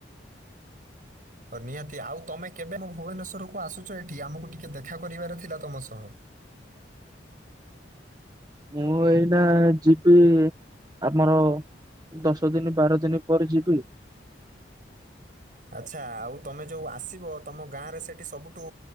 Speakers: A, on the right; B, on the right.
A: ଓ ନିହାତି ଆଉ ତମେ କେବେ ମୋ ଭୁବେନେଶ୍ୱରକୁ ଆସୁଛ ଏଠି ଆମକୁ ଟିକେ ଦେଖା କରିବାରେ ଥିଲା ତମ ସହ।
B: ମୁଁ ଏଇନା ଯିବି ଆମର ଦଶ ଦିନି ବାର ଦିନି ପରେ ଯିବି।
A: ଆଚ୍ଛା ଆଉ ତମେ ଯୋଉ ଆସିବ ତମ ଗାଁରେ ସେଠି ସବୁଠୁ